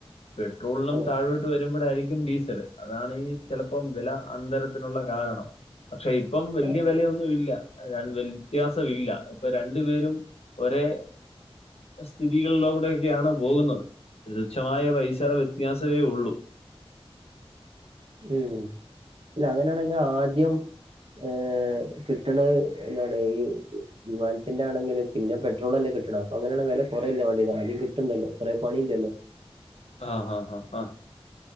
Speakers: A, on the left (about 75°); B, on the right (about 60°).
A: പെട്രോളിനും
B: ഓ
A: താഴോട്ട് വരുമ്പഴായിരിക്കും ഡീസല്. അതാണ് ഈ ചിലപ്പം വെല അന്തര ത്തിനുള്ള കാരണം. പക്ഷെ ഇപ്പം വല്യ
B: ആ,
A: വെലയൊന്നും ഇല്ല രണ്ട് വ്യത്യാസം ഇല്ല. ഇപ്പൊ രണ്ടു പേരും ഒരേ സ്ഥിതികളിലൂടെ ഒക്കെയാണ് പോകുന്നത്. തുച്ഛമായ പൈസടെ വ്യത്യാസവേ ഉള്ളൂ
B: ഉം അല്ല അങ്ങനെയാണെങ്കി ആദ്യം ഏഹ് കിട്ട്ണഹ് ന്താണ് ഈ വിമാനത്തിന്റെ ആണെങ്കില് പിന്നെ പെട്രോളല്ലെ കിട്ട്ണ് അപ്പൊ അങ്ങനെയാണെ വെല കുറയല്ലേ വാണ്ടിയത്. ആദ്യം കിട്ട്ണ്ടല്ലോ കൊറെ പണിയില്ലല്ലോ
A: ആഹ് ആഹ് ആഹ് ആഹ്